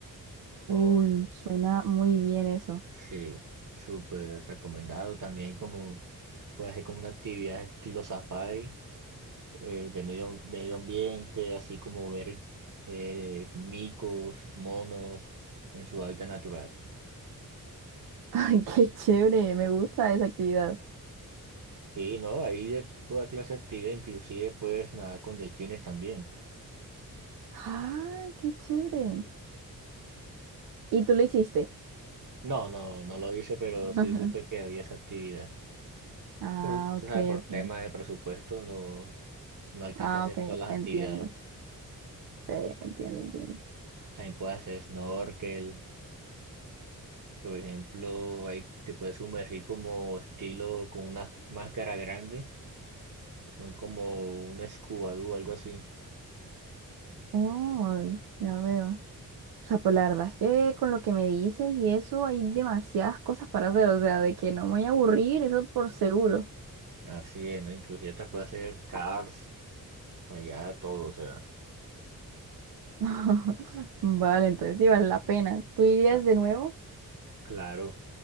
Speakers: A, on the right; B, on the right.
A: Son,
B: Uy, suena muy bien eso.
A: sí, súper recomendado también como, puede hacer como una actividad estilo safari eh, de medio, medio ambiente, así como ver eh, micos, monos en su hábitat natural.
B: Ay, qué chévere, me gusta esa actividad.
A: Sí, no, hay de toda clase de actividad, inclusive puedes nadar con delfines también.
B: Ah, qué chévere. ¿Y tú lo hiciste?
A: No, no, no lo hice, pero sí
B: Ajá.
A: supe que había esa actividad.
B: Ah,
A: Por, tú
B: ok,
A: sabes, por tema
B: ok.
A: de presupuesto no, no alcanza
B: Ah,
A: a hacer
B: ok,
A: todas las
B: entiendo.
A: actividades.
B: Sí, entiendo, entiendo.
A: También puedes hacer snorkel. Por ejemplo, ahí te puedes sumergir como estilo con una máscara grande Son como un Scooby algo así.
B: Oh, ya veo. O sea, pues la verdad es que con lo que me dices y eso hay demasiadas cosas para hacer, o sea, de que no me voy a aburrir, eso por seguro.
A: Así es, ¿no? Inclusive te puede hacer Cars, allá todo, o sea,
B: <laughs> Vale, entonces sí vale la pena. ¿Tú irías
A: as-
B: de nuevo?
A: claro,